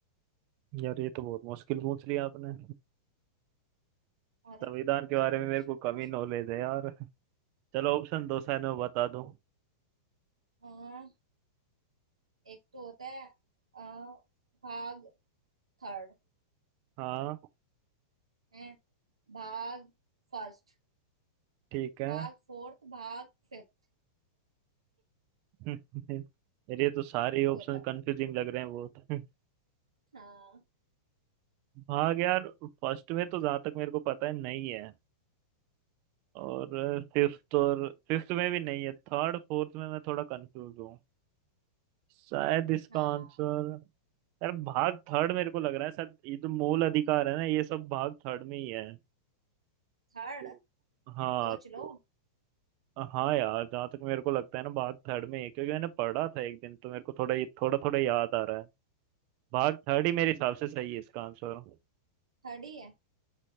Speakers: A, on the right; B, on the right.
A: यार ये तो बहुत मुश्किल पूछ लिया आपने
B: अरे
A: संविधान
B: इसको
A: के बारे में मेरे को कम
B: मुश्किल
A: ही नॉलेज है यार चलो ऑप्शन दो साइड में बता दो
B: हाँ एक तो होता है अ, भाग थर्ड
A: हाँ
B: है भाग फर्स्ट
A: ठीक है
B: भाग फोर्थ भाग फिफ्थ
A: <laughs> मेरे तो सारे ऑप्शन
B: बताओ
A: कंफ्यूजिंग लग रहे हैं बहुत <laughs>
B: हाँ
A: भाग यार फर्स्ट में तो जहाँ तक मेरे को पता है नहीं है और फिफ्थ और फिफ्थ में भी नहीं है थर्ड फोर्थ में मैं थोड़ा कंफ्यूज हूँ शायद इसका
B: हाँ
A: आंसर यार भाग थर्ड मेरे को लग रहा है शायद ये जो मूल अधिकार है ना ये सब भाग थर्ड में ही है
B: थर्ड
A: तो- हाँ
B: सोच
A: तो
B: लो
A: हाँ यार जहाँ तक मेरे को लगता है ना भाग थर्ड में ही है, क्योंकि मैंने पढ़ा था एक दिन तो मेरे को थोड़ा थोड़ा थोड़ा याद आ रहा है भाग थर्ड ही मेरे हिसाब से सही है इसका आंसर
B: थर्ड ही है